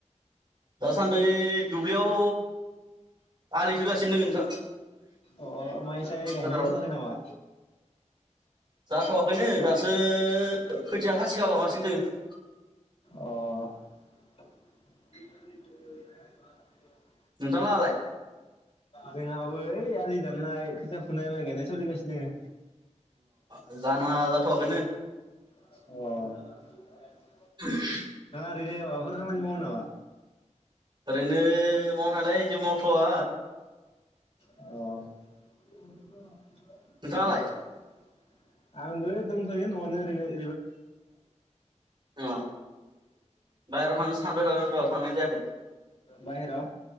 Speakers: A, on the right; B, on the left.
A: दासान्दै दुब्लियाव आलि खोगासिनो नोंथां
B: अ माइ-साइ गायनाय
A: फोथाराव
B: जाथआखै नामा?
A: जाथवाखैनो
B: माइ
A: दासो खैथिया खासिखा लाङासिनो दोङो
B: अ <unintelligible>
A: नोंथांलाहाय?
B: जोंहाबो ओइ आलि दाननाय खोथिया फुनाय माइ गायनाय सोलिगासिनो दोङो।
A: अ जाना जाथवाखैनो
B: दोङो अ <unintelligible>
A: <unintelligible>
B: दिनै माबाफोर खामानि मावनो नामा
A: ओरैनो मावनायालाय जेबो मावथ'आ
B: अ <unintelligible>
A: नोंथाङालाय
B: <unintelligible> आंबो दंथयो नआवनो ओरैनो ।
A: अ बायहेराव थांनो सानबाय थादों र थांनाय जायाखै <inaudible>
B: बाहेराव